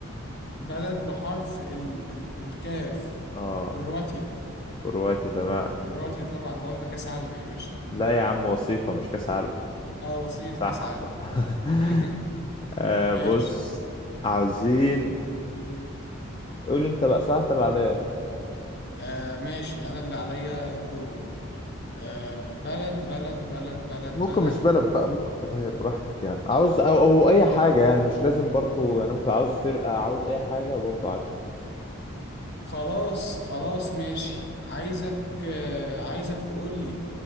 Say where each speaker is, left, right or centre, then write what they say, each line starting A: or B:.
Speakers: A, on the left; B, on the left.
A: بلد بحرف ال ال الكاف
B: اه
A: كرواتيا
B: كرواتيا تمام
A: كرواتيا طبعا ده واخدة كأس عالم يا باشا
B: لا يا عم وصيفة مش كاس عالم
A: اه وصيف
B: صحح
A: كأس عالم
B: بقى <laughs>
A: <laughs>
B: آه
A: ماشي
B: بص عاوزين قول انت بقى صح انت اللي عليا
A: آه ماشي أنا اللي عليا الدور آه بلد بلد بلد بلد
B: ممكن
A: بلد
B: مش بلد بقى ممكن تغير براحتك يعني عاوز او, أو اي حاجة يعني مش لازم برضو يعني ممكن عاوز فرقة عاوز اي حاجة برضو عادي
A: خلاص خلاص ماشي عايزك آه عايزك تقول لي